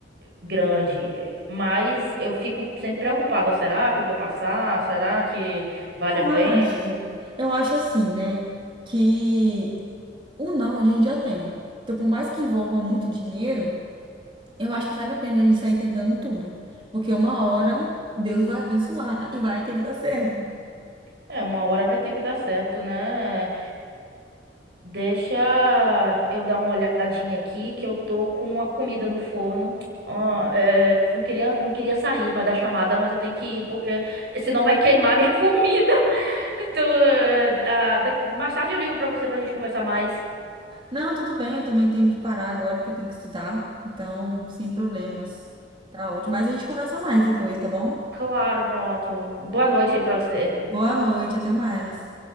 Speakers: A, on the right; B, on the right.
A: grande, eh, mas eu fico sempre preocupada, será que eu vou passar? Será que vale
B: Eu
A: a pena?
B: acho, eu acho assim, né, que o não a gente já tem. Então, por mais que envolva muito dinheiro, eu acho que vale a pena a gente sair tentando tudo. Porque uma hora Deus vai abençoar e vai ter que dar certo.
A: É, uma hora vai ter que dar certo, né? Deixa eu dar uma olhadinha aqui que eu tô com uma comida no forno. Ó, é, não queria, não queria sair, mas da chamada, mas eu tenho que ir porque senão vai queimar minha <laughs> comida. Então, eh, ah, da- mais tarde eu ligo pra você pra gente conversar mais.
B: Não, tudo bem, eu também tenho que parar agora porque eu tenho que estudar. Então, sem problemas. Tá ótimo. Mas a gente conversa mais depois, tá bom?
A: Claro, pronto. Boa noite aí pra você.
B: Boa noite, até mais.